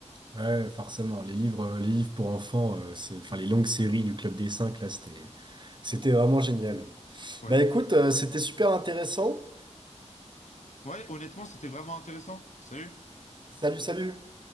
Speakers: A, on the right; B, on the left.
A: ouais, forcément. Les livres, euh, les livres pour enfants, euh, c'est, enfin,
B: Ouais.
A: les longues séries du Club des Cinq, là, c'était, c'était vraiment génial.
B: Ouais,
A: Bah écoute, euh, c'était super intéressant.
B: Ouais, honnêtement, c'était vraiment intéressant. Salut.
A: Salut, salut!